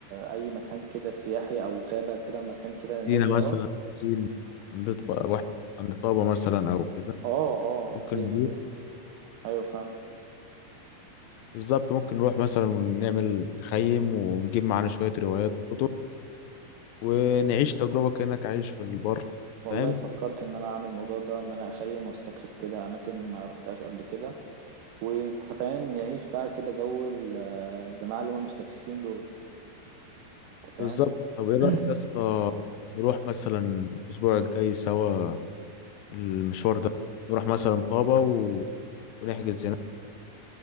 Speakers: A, on the right (about 75°); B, on the left (about 80°).
A: اي مكان كده سياحي او غابة كده مكان كده
B: سينا
A: نائي اه
B: مثلا سينا عند ط- واحد عند طابة مثلا أو كده
A: اه اه
B: ممكن
A: في في
B: نروح-
A: ايوه فعلا
B: بالظبط ممكن نروح مثلا ونعمل نخيم ونجيب معانا شوية روايات وكتب ونعيش تجربة كأنك عايش في البر
A: والله
B: فاهم
A: فكرت ان انا اعمل الموضوع ده ان انا اخيم واستكشف كده اماكن ما روحتهاش قبل كده وانت فاهم نعيش بقى كده جو ال- الجماعة اللي هم المستكشفين دول انت فاهم
B: بالظبط طب إيه
A: <clears throat>
B: رأيك يا اسطى نروح مثلا الأسبوع الجاي سوا المشوار ده نروح مثلا طابة و... ونحجز هناك